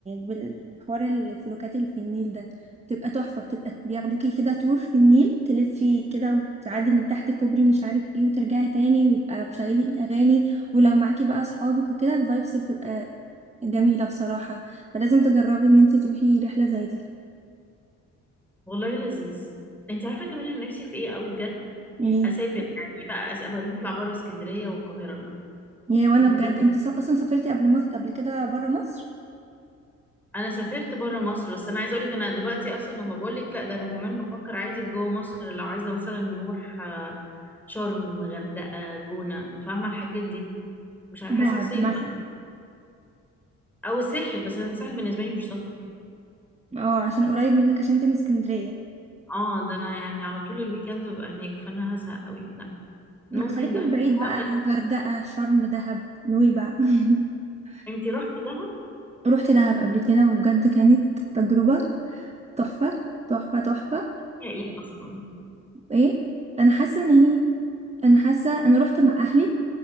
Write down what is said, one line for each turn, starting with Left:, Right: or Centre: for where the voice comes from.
Right: بالحوار الفلوكات اللي في النيل ده بتبقى تحفة بتبقى بياخدوكي كده تور في النيل تلفي كده وتعدي من تحت كوبري مش عارف ايه وترجعي تاني ويبقى مشغلين اغاني ولو معاكي بقى اصحابك وكده الفايبس بتبقى جميلة بصراحة فلازم تجربي ان انت تروحي رحلة زي دي
Centre: والله لذيذ انت عارفة كمان انا نفسي في ايه قوي بجد
Right: ايه
Centre: اسافر يعني بقى أس... بقى نطلع بره اسكندرية والقاهرة
Right: يا وانا
Centre: انت
Right: بجد انت سا- اصلا سافرتي قبل مصر قبل كده برا مصر
Centre: انا سافرت بره مصر بس انا عايزة اقولك انا دلوقتي اصلا لما بقول لك لا ده انا كمان بفكر عادي في جوه مصر لو عايزة مثلا نروح آه، شرم غردقة جونة فاهمة الحاجات دي مش عارفة، حاسة
Right: دهب
Centre: صيف
Right: مثلا
Centre: او الساحل بس انا الساحل بالنسبة لي مش سفر
Right: اه عشان قريب منك عشان انت من اسكندرية
Centre: اه ده انا يعني على طول الويك اند ببقى هناك فانا هزهق قوي لا ممكن
Right: لأ، خليكي
Centre: دهب
Right: من بعيد بقى
Centre: آه، بس
Right: غردقة شرم دهب نويبع <laughs>
Centre: انتي رحتي دهب
Right: روحت دهب قبل كده وبجد كانت تجربة تحفة تحفة تحفة
Centre: يا ايه اصلا
Right: ايه انا حاسة ان هي انا حاسه انا روحت مع اهلي